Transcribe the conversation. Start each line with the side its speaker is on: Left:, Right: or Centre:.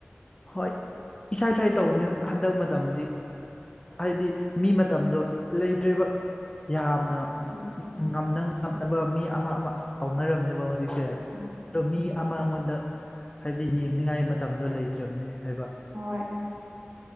Left: ꯍꯣꯏ ꯏꯁꯥꯏ ꯏꯁꯥꯏ ꯇꯧꯕꯅꯦ ꯍꯧꯖꯤꯛ ꯍꯟꯗꯛ ꯃꯇꯝꯗꯤ ꯍꯥꯏꯗꯤ ꯃꯤ ꯃꯇꯝꯗꯣ ꯂꯩꯗ꯭ꯔꯦꯕ ꯌꯥꯝꯅ
Right: ꯎꯝ
Left: ꯉꯝꯅ ꯉꯝꯅꯕ ꯃꯤ ꯑꯃ ꯑꯃ ꯇꯧꯅꯔꯝꯃꯦ ꯕ ꯍꯧꯖꯤꯛꯁꯦ
Right: ꯎꯝ
Left: ꯑꯗꯣ ꯃꯤ ꯑꯃ ꯑꯩꯉꯣꯟꯗ ꯍꯥꯏꯕꯗꯤ ꯌꯦꯡꯅꯤꯡꯉꯥꯏ ꯃꯇꯝꯗꯣ ꯂꯩ ꯗꯕꯅꯤ ꯍꯥꯏꯕ
Right: ꯍꯣꯏ